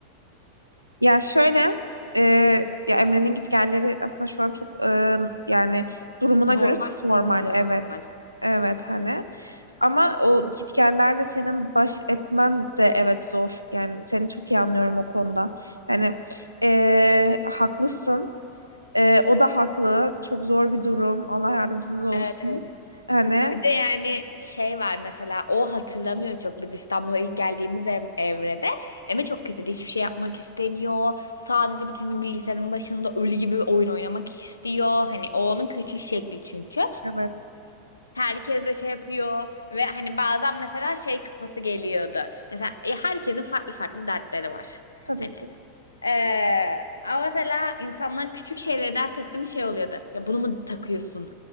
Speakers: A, on the right; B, on the left.
A: Ya şöyle, e, ya Emre'nin gitgelleri aslında şu an çok e, yani durumuna
B: Normal
A: göre çok normal.
B: kesinlikle
A: Evet.
B: normal.
A: Evet hani. Ama o gitgellerle senin baş etmen de evet zor. Yani seni çok iyi anlıyorum o konuda. Hani e, haklısın. E, o da haklı. Çok zor bir durum. Allah yardımcınız olsun.
B: Evet, evet.
A: Hani
B: Bir de yani şey var mesela o hatırlamıyor çok biz İstanbul'a ilk geldiğimiz em- evrede Eme çok kötüydü hiçbir şey yapmak istemiyor sadece bütün gün bilgisayarın başında ölü gibi oyun oynamak istiyor hani o onun kaçış şekli çünkü
A: evet
B: herkes de şey yapıyor ve hani bazen mesela şey kafası geliyordu mesela e, herkesin farklı farklı dertleri var
A: tabii
B: hani
A: ki.
B: ee, ama mesela insanlar küçük şeyleri dert etti şey oluyordu. Ya bunu mu takıyorsun?